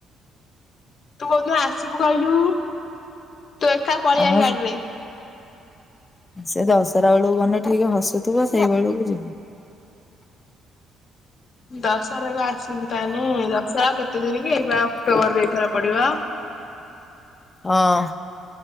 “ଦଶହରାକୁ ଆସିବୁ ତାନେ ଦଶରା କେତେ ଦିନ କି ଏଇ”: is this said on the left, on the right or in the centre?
Left